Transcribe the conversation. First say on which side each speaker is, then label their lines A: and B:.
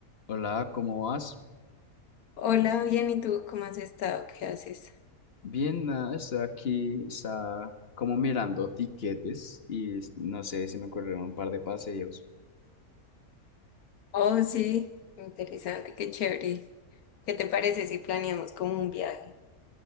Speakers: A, on the left; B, on the left.
A: Hola, ¿cómo vas?
B: Hola, bien, ¿y tú cómo has estado? ¿Qué haces?
A: Bien, nada, estoy aquí, está como mirando tiquetes y es- no sé, se me ocurrieron un par de paseos.
B: Oh, sí, interesante, qué chévere. ¿Qué te parece si planeamos como un viaje?